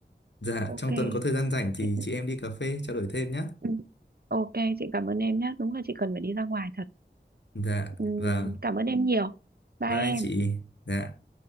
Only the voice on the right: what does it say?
ok
chị
ừ. ok chị cảm ơn em nhá đúng là chị cần phải đi ra ngoài thật
ừ.
cảm ơn em nhiều bye
em